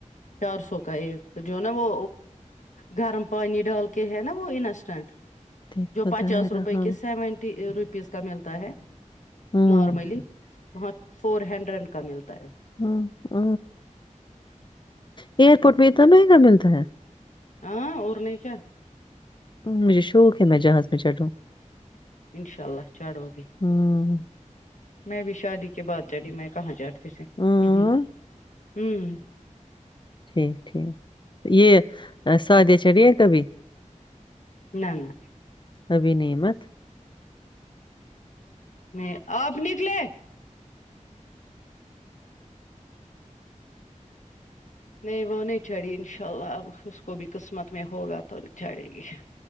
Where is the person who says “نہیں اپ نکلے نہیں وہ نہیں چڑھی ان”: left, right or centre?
Left